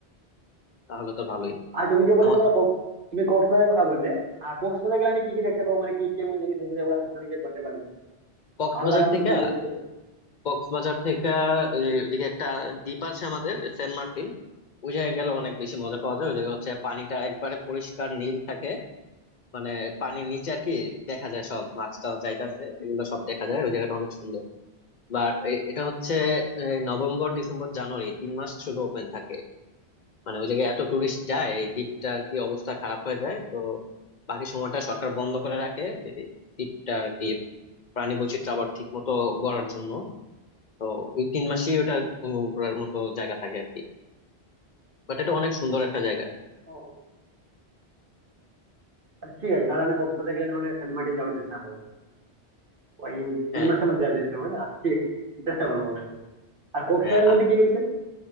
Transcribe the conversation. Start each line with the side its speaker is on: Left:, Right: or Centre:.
Left: তাহলে তো ভালোই
Right: আর তুমি যে বলে
Left: আমার
Right: তোমার কক্স তুমি কক্সবাজারের কথা বললে আর কক্সবাজারে গেলে আমি কি কি দেখতে পাবো মানে কি কেমন জিনিস আছে যেগুলো আমি সেখানে গিয়ে করতে পারবো
Left: কক্সবাজার
Right: আর ভালো লাগার মতো
Left: থেকে
Right: কি জিনিস করতে
Left: কক্সবাজার থেকে এই, ওদিকে একটা দ্বীপ আছে আমাদের সেন্ট মার্টিন ওই জায়গায় গেলে অনেক বেশি মজা পাওয়া যায় ওই জায়গায় হচ্ছে পানিটা একবারে পরিষ্কার নীল থাকে মানে পানির নিচে আর কি দেখা যায় সব মাছ টাছ যাইতাছে এগুলো সব দেখা যায় ওই জায়গাটা অনেক সুন্দর বাট এটা হচ্ছে এই, নভেম্বর ডিসেম্বর জানুয়ারি তিন মাস শুধু ওপেন থাকে মানে ওই জায়গায় এত টুরিস্ট যায় এই দ্বীপটার কি অবস্থা খারাপ হয়ে যায় তো বাকি সময়টা সরকার বন্ধ করে রাখে এই দ্বীপটা আর কি প্রাণী বৈচিত্র্য আবার ঠিক মতো গড়ার জন্য তো ওই তিন মাসেই ওটা উম, ঘোরার মতো জায়গা থাকে আর কি বাট এটা অনেক সুন্দর একটা জায়গা
Right: পারবো? আচ্ছা, ঠিক আছে তাহলে আমি কক্সবাজার গেলে নাহলে সেন্ট মার্টিন যাওয়ার চেষ্টা করবো ওই তিন
Left: হ্যাঁ
Right: মাসের মধ্যে যাওয়া যেতে হবে না ঠিক আছে চেষ্টা করবো অবশ্যই আর কক্সবাজারের
Left: হ্যাঁ
Right: মধ্যে
Left: আ-
Right: কি রয়েছে